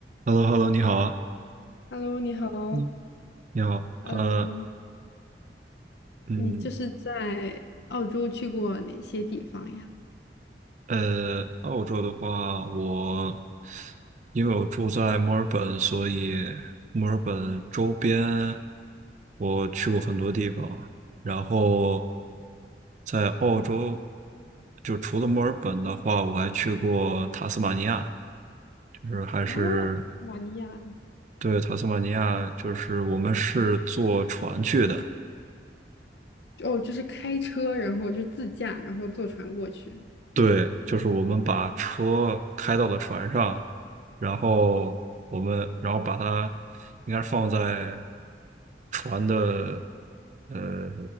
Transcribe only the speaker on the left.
Hello，你好，
呃，
你就是在澳洲去过哪些地方呀？
哦，塔斯马尼亚，
哦，就是开车，然后就自驾，然后坐船过去。